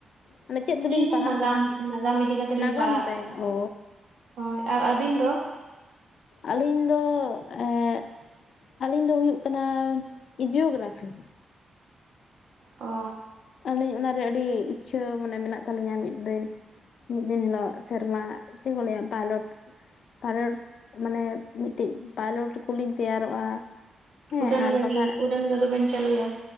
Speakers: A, on the left; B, on the right.
A: ᱢᱟᱱᱮ ᱪᱮᱫ ᱫᱚᱵᱤᱱ
B: ᱟᱹᱞᱤᱧ ᱫᱚ
A: ᱯᱟᱲᱦᱟᱜ
B: ᱱᱟᱜᱟᱢ
A: ᱠᱟᱱᱟ
B: ᱱᱟᱜᱟᱢ ᱤᱫᱤ ᱠᱟᱛᱮ ᱞᱤᱧ
A: ᱱᱟᱜᱟᱢ
B: ᱯᱟᱲᱦᱟᱜ
A: ᱛᱮ,
B: ᱠᱟᱱᱟ
A: ᱚᱻ
B: ᱦᱳᱭ ᱟᱨ ᱟᱹᱵᱤᱱ ᱫᱚ
A: ᱟᱹᱞᱤᱧ ᱫᱚ ᱦᱮᱸ ᱟᱹᱞᱤᱧ ᱫᱚ ᱦᱩᱭᱩᱜ ᱠᱟᱱᱟ ᱡᱤᱭᱳᱜᱨᱟᱯᱷᱤ
B: ᱚ
A: ᱟᱹᱞᱤᱧ ᱚᱱᱟᱨᱮ ᱟᱹᱰᱤ ᱤᱪᱪᱷᱟᱹ ᱢᱟᱱᱮ ᱢᱮᱱᱟᱜ ᱛᱟᱹᱟᱞᱤᱧᱟ ᱢᱤᱫ ᱫᱤᱱ ᱢᱤᱫ ᱫᱤᱱ ᱦᱤᱞᱳᱜ ᱥᱮᱨᱢᱟ ᱪᱮᱫ ᱠᱚ ᱞᱟᱹᱭᱟ ᱯᱟᱭᱞᱚᱴ ᱯᱟᱭᱞᱚᱴ ᱢᱟᱱᱮ ᱢᱤᱫᱴᱤᱡ ᱯᱟᱭᱞᱚᱴ ᱠᱚᱞᱤᱤᱧ ᱛᱮᱭᱟᱨᱚᱜᱼᱟ ᱦᱮᱸ
B: ᱩᱰᱟᱹᱱ
A: ᱟᱨ
B: ᱜᱟᱹᱰᱤ
A: ᱵᱟᱠᱷᱟᱡ
B: ᱩᱰᱟᱹᱱ ᱜᱟᱹᱰᱤ ᱵᱮᱱ ᱪᱟᱹᱟᱞᱩᱭᱟ